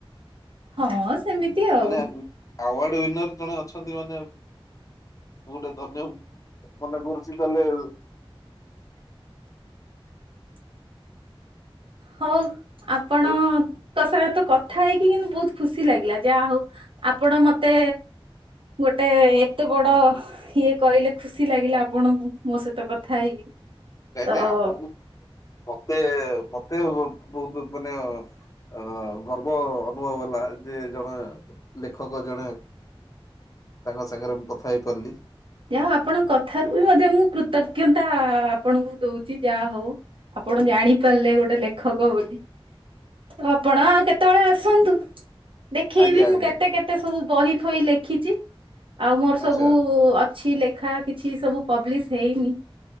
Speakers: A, on the right; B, on the left.
A: ହଁ ସେମିତି ଆଉ
B: ମାନେ ଆୱାର୍ଡ ୱନିର ଜଣେ ଅଛନ୍ତି ମାନେ ମୁଁ ଗୋଟେ ଧନ୍ୟ ମନେ କରୁଛି ତାହେଲେ
A: <unintelligible> ହଉ ଆପଣଙ୍କ
B: ଏ
A: ସା କଥା ହେଇକି କିନ୍ତୁ ବହୁତ ଖୁସି ଲାଗିଲା ଯାହା ହଉ ଆପଣ ମତେ ଗୋଟେ ଏତେ ବଡ ଇଏ କହିଲେ, ଖୁସି ଲାଗିଲା ଆପଣଙ୍କୁ ମୋ ସହିତ କଥା ହେଇକି।
B: ନାଇଁ
A: ତ
B: ନାଇଁ ଆମ ମତେ ମତେ ବହୁତ ମାନେ ଅ ଗର୍ବ ଅନୁଭବ ହେଲା ଯେ ଜଣେ ଲେଖକ ଜଣେ ତାଙ୍କ ସାଙ୍ଗରେ ମୁଁ କଥା ହେଇ ପାରିଲି।
A: ଯାହା ଆପଣଙ୍କ କଥାରୁ ବି ମଧ୍ୟ ମୁଁ କୃତଜ୍ଞତା ଆପଣଙ୍କୁ ଦଉଛି ଯାହା ହଉ ଆପଣ ଜାଣି ପାରିଲେ ଗୋଟେ ଲେଖକ ବୋଲି ତ ଆପଣ କେତେବେଳେ ଆସନ୍ତୁ। ଦେଖେଇବି
B: ଆଜ୍ଞା
A: ମୁଁ
B: ଆଜ୍ଞା
A: କେତେ କେତେ ସବୁ ବହି ଫହି ଲେଖିଛି ଆଉ ମୋର ସବୁ
B: ଆଚ୍ଛା
A: କିଛି ଲେଖା କିଛି ସବୁ ପବଲିଶ୍ ହେଇନି